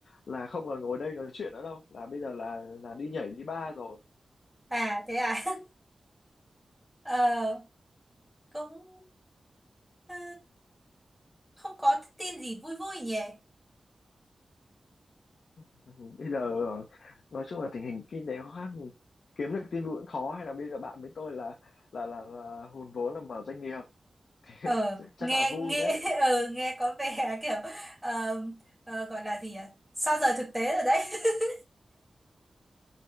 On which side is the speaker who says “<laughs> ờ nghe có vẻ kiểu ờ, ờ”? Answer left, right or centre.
Centre